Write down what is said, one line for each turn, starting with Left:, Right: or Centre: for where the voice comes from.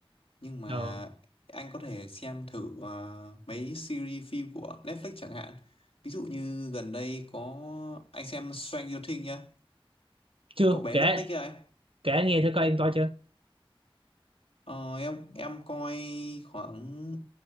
Left: nhưng mà
Right: Ờ
Left: anh có thể xem thử ờ, mấy series phim của Netflix chẳng hạn. Ví dụ như gần đây có anh xem Stranger Things nhá,
Right: chưa
Left: cậu bé
Right: kể
Left: mất tích ấy.
Right: kể anh nghe thử coi em coi chưa?
Left: Ờ, em em coi khoảng